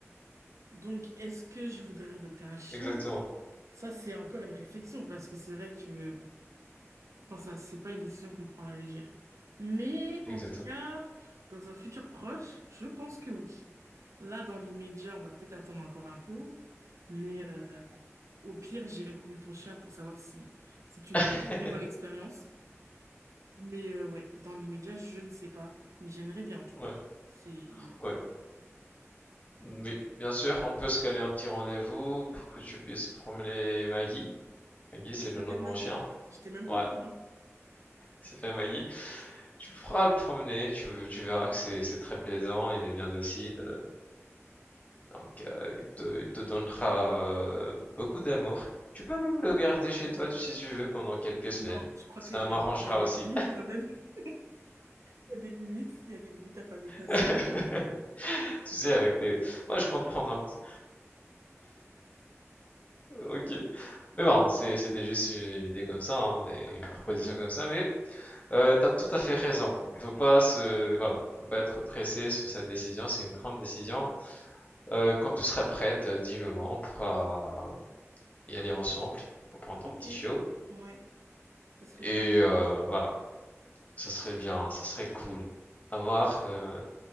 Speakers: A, on the right; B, on the left.
A: Donc est-ce que je voudrais adopter un chien?
B: exactement,
A: Ça, c'est encore une réflexion, parce que c'est vrai que Bon, ça, c'est pas une décision qu'on prend à la légère. Mais
B: exactement.
A: en tout cas, dans un futur proche, je pense que oui. Là, dans l'immédiat, on va peut-être attendre encore un peu. Mais euh, au pire, j'irai promener ton chien pour savoir si c'est une
B: <laughs>
A: très bonne expérience. Mais euh, ouais, dans l'immédiat, je ne sais pas. Mais j'aimerais bien en tout cas.
B: Ouais.
A: C'est...
B: Ouais. mais bien sûr, on peut se caler un petit rendez-vous pour que tu puisses promener Maggie. Maggie, c'est
A: Ah, il
B: le
A: s'appelle
B: nom de mon
A: Maggie?
B: chien.
A: J'étais même pas
B: Ouais,
A: au courant.
B: ça fait Maggie. Tu feras le promener, tu, tu verras que c'est c'est très plaisant, il est bien docile, euh, donc euh, il te, il te donnera euh, beaucoup d'amour. Tu peux même le garder chez toi si tu veux pendant quelques semaines.
A: Non, je crois
B: Ça
A: qu'il y
B: m'arrangera
A: a des, il y a des
B: aussi.
A: limites quand même. <laughs> Il y a des limites. Il y a des limites à pas dépasser.
B: <laughs> Tu sais, avec les... Moi, je compte prendre un petit... Ok. Mais bon, c'est- c'était juste une idée comme ça, hein, mais une proposition
A: Mm.
B: comme ça, mais Euh, t'as tout à fait raison. Il faut pas se, voilà, faut pas être pressé sur cette décision. C'est une grande décision. Euh, quand tu seras prête, euh, dis-le moi. On pourra y aller ensemble pour prendre ton
A: Ok.
B: petit chiot.
A: Ouais. Ça serait
B: Et
A: bien, ouais.
B: euh, voilà, ça serait bien, ça serait cool. Avoir, euh,